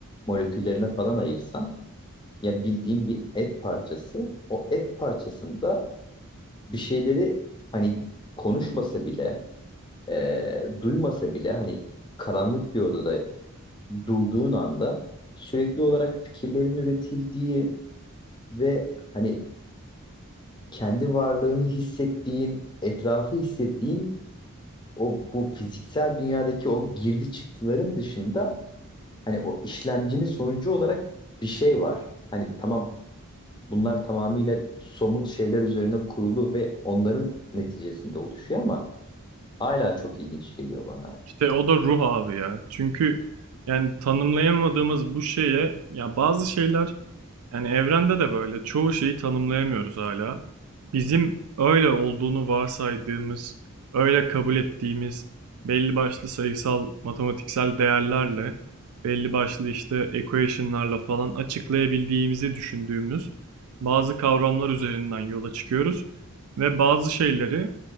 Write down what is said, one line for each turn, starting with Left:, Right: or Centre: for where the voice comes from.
Left: moleküllerine falan ayırsan ya bildiğin bir et parçası o et parçasında bir şeyleri hani konuşmasa bile e, duymasa bile hani karanlık bir odada durduğun anda sürekli olarak fikirlerin üretildiği ve hani kendi varlığını hissettiğin, etrafı hissettiğin o bu fiziksel dünyadaki o girdi çıktıların dışında hani o işlemcinin sonucu olarak bir şey var. Hani tamam bunlar tamamıyla somut şeyler üzerine kurulu ve onların neticesinde oluşuyor ama hala çok ilginç geliyor bana.
Right: İşte o da ruh abi ya. Çünkü yani tanımlayamadığımız bu şeye ya bazı şeyler yani evrende de böyle çoğu şeyi tanımlayamıyoruz hala. Bizim öyle olduğunu varsaydığımız, öyle kabul ettiğimiz belli başlı sayısal, matematiksel değerlerle, belli başlı işte equation'larla falan açıklayabildiğimizi düşündüğümüz bazı kavramlar üzerinden yola çıkıyoruz ve bazı şeyleri